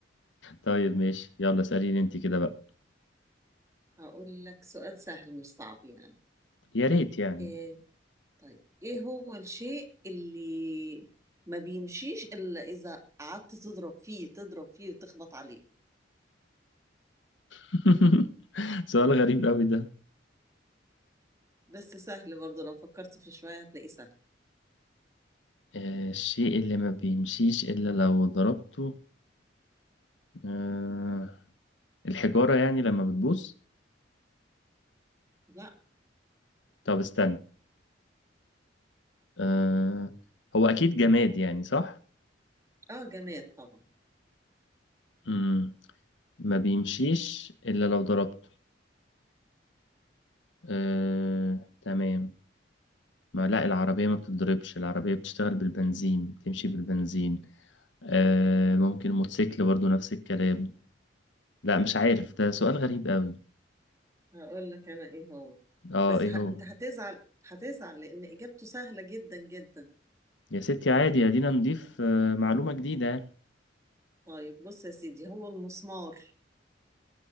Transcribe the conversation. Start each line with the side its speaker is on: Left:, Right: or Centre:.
Left: طيب ماشي يلا اسأليني انت كده بقى
Right: هقول لك سؤال سهل مش صعب يعني
Left: يا ريت يعني
Right: ايه طيب ايه هو الشيء اللي ما بيمشيش الا اذا قعدت تضرب فيه تضرب فيه وتخبط عليه
Left: <laughs> سؤال غريب قوي ده
Right: بس سهل برضه لو فكرت فيه شوية هتلاقيه سهل
Left: آه، الشيء اللي ما بيمشيش إلا لو ضربته آه، الحجارة يعني لما بتبوظ
Right: لا
Left: طب استنى آه، هو أكيد جماد يعني صح؟
Right: اه جماد طبعا
Left: مم. ما بيمشيش إلا لو ضربته آه، تمام ما لا العربية ما بتتضربش العربية بتشتغل بالبنزين بتمشي بالبنزين آه، ممكن موتوسيكل برضو نفس الكلام لا مش عارف ده سؤال غريب قوي
Right: هقول لك انا ايه هو
Left: اه
Right: بس
Left: ايه
Right: ه...
Left: هو
Right: انت هتزعل هتزعل لان اجابته سهله جدا جدا
Left: يا ستي عادي ادينا نضيف آه، معلومة جديدة
Right: طيب بص يا سيدي هو المسمار